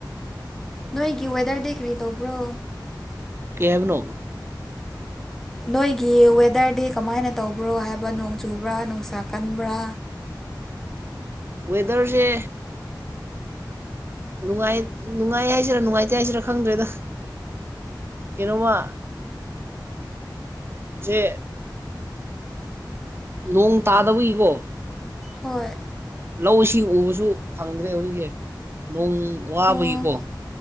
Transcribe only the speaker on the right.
ꯀꯦꯕꯅꯣ
ꯋꯦꯗꯔꯁꯦ ꯅꯨꯡꯉꯥꯏ ꯅꯨꯡꯉꯥꯏ ꯍꯥꯏꯁꯤꯔꯥ ꯅꯨꯡꯉꯥꯏꯇꯦ ꯍꯥꯏꯁꯤꯔꯥ ꯈꯪꯗ꯭ꯔꯦꯗ ꯀꯩꯅ‌ꯣꯃꯥ ꯖꯦ <unintelligible> ꯅꯣꯡ ꯇꯥꯗꯕꯒꯤ ꯀ‌ꯣ
ꯂꯧ ꯏꯁꯤꯡ ꯎꯕꯁꯨ ꯐꯪꯗ꯭ꯔꯦ ꯍꯧꯖꯤꯛꯁꯦ ꯅꯣꯡ ꯋꯥꯕꯒꯤꯀꯣ